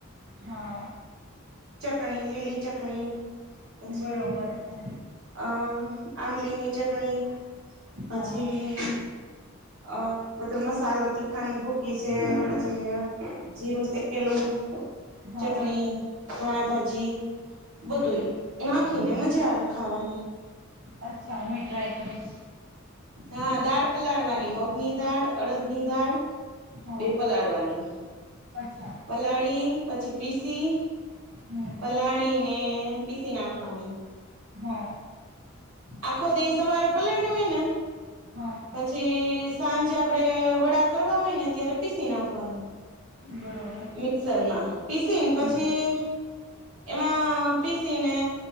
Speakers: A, on the right; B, on the right.
A: હા
B: ચટણી લીલી ચટણી પછી
A: બરોબર છે
B: અ આંમલીની ચટણી. <inaudible> પછી
A: હા
B: અ બધો મસાલો તીખાની ભૂકી છે પછી જીરું શેકેલું
A: હા
B: ચટણી ધાણા ભાજી
A: હમ
B: બધુંય નાખીને મજા આવે ખાવાની.
A: અચ્છા હું એ ટ્રાય કરીશ.
B: હા દાળ પલાળવાની મગ ની દાળ અડદની દાળ.
A: હા
B: બે પલાળવાની
A: અચ્છા
B: પલાળી. પછી પીસી.
A: હમ
B: પલાળી ને. પીસી નાંખવાની.
A: હા
B: આખો દી સવારે પલા. હોયને.
A: હા
B: પછી સાંજે. આપડે વડા કરવા હોય ને ત્યારે પીસી નાંખવાની.
A: બરોબર
B: મિક્સર માં પીસીને પછી.
A: હમ
B: એમાં પીસી ને